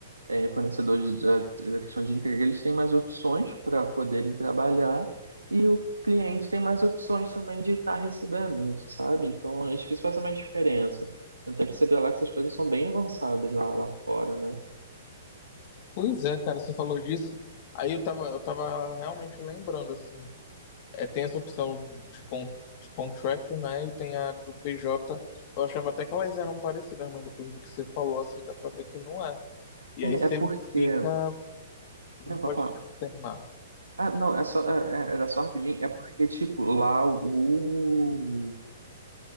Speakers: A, on the right (about 80°); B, on the left (about 45°).
A: é, fornecedores da, da questão de entrega, eles têm mais opções para poderem trabalhar e o cliente tem mais opções também de estar recebendo, sabe? Então, acho que isso faz uma diferença. Tanto é que você vê lá que essas coisas são bem avançadas lá, lá fora, né?
B: Pois é, cara, você falou disso. Aí eu tava, eu tava realmente lembrando, assim, É, tem essa opção de, con de contractor, né? E tem a do PJ. Eu achava até que elas eram parecidas, mas depois do que você falou, assim, dá pra ver que não é. E
A: É,
B: aí você
A: é porque.
B: fica, não
A: Não, pra
B: pode
A: falar.
B: terminar,
A: Ah, não, é só, é- é- era só rapidinho. É porque, tipo, lá o,